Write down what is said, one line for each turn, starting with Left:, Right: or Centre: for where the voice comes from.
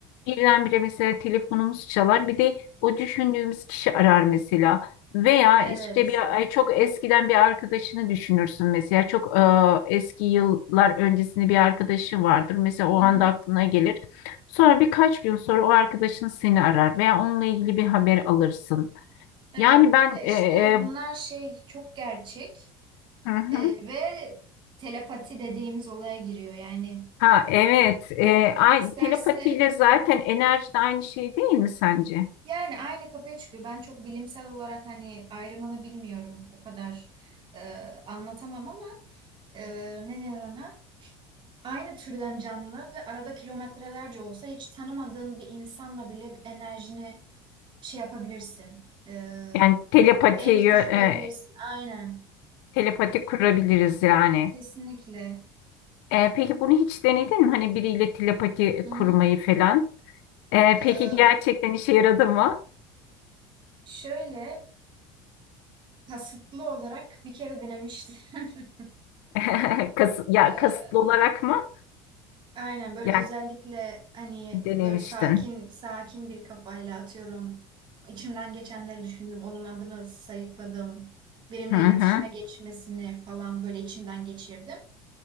Left: Birdenbire mesela telefonumuz çalar. Bir de o düşündüğümüz kişi arar mesela. Veya
Right: Evet.
Left: işte bir ay çok eskiden bir arkadaşını düşünürsün mesela. Çok e, eski yıllar öncesinde bir arkadaşı vardır. Mesela o
Right: Hı hı.
Left: anda aklına gelir. Sonra birkaç gün sonra o arkadaşın seni arar veya onunla ilgili bir haber alırsın.
Right: Evet.
Left: Yani ben
Right: Ya işte
Left: e, e,
Right: bunlar şey çok gerçek
Left: hı hı.
Right: E, ve telepati dediğimiz olaya giriyor. Yani
Left: Ha evet. E, ay-
Right: isterse
Left: telepatiyle zaten enerji de aynı şey değil mi sence?
Right: yani aynı kapıya çıkıyor. Ben çok bilimsel olarak hani ayrımını bilmiyorum. O kadar e, anlatamam ama e, ne denir ona? Aynı türden canlılar ve arada kilometrelerce olsa hiç tanımadığın bir insanla bile bir enerjini şey yapabilirsin. Ee,
Left: Yani telepati
Right: denk
Left: yö-
Right: düşürebilirsin.
Left: e,
Right: Aynen.
Left: Telepati kurabiliriz yani.
Right: Kesinlikle.
Left: Ee, peki bunu hiç denedin mi? Hani biriyle telepati
Right: Hı hı.
Left: kurmayı falan. Ee,
Right: Ee,
Left: peki gerçekten işe yaradı mı?
Right: şöyle kasıtlı olarak bir kere denemiştim. <laughs>
Left: <laughs> Kas ya
Right: Ee,
Left: kasıtlı olarak mı?
Right: Aynen böyle
Left: Yani
Right: özellikle hani
Left: denemiştin.
Right: böyle sakin sakin bir kafayla atıyorum. İçimden geçenleri düşündüm. Onun adını sayıkladım. Benimle
Left: Hı hı,
Right: iletişime geçmesini falan böyle içimden geçirdim.